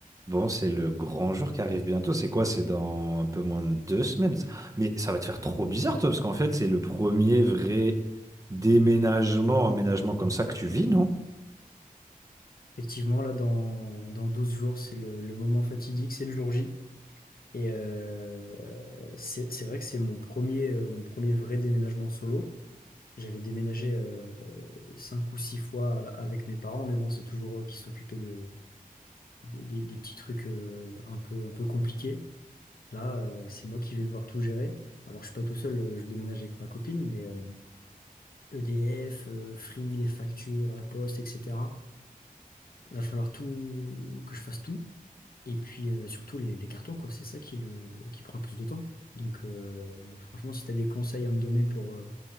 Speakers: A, on the right; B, on the left.
A: Bon, c'est le grand jour qui arrive bientôt. C'est quoi? C'est dans un peu moins de deux semaines. ça. Mais ça va te faire trop bizarre, toi, parce qu'en fait, c'est le premier vrai déménagement, emménagement comme ça que tu vis, non?
B: Effectivement, là, dans, dans 12 jours, c'est le, le moment fatidique, c'est le jour J. Et euh, c'est c'est vrai que c'est mon premier, euh, mon premier vrai déménagement solo. J'avais déménagé euh, cinq ou six fois avec mes parents, mais bon, c'est toujours eux qui s'occupaient de, des, des- des petits trucs euh, un peu, un peu compliqués. Là, euh, c'est moi qui vais devoir tout gérer. Alors, je suis pas tout seul, euh, je déménage avec ma copine, mais euh, EDF, euh, Free, les factures, la poste, etc. Va falloir tout, que je fasse tout. Et puis euh, surtout les, les cartons, quoi, c'est ça qui, le, qui prend le plus de temps. Donc euh, franchement, si tu as des conseils à me donner pour, euh,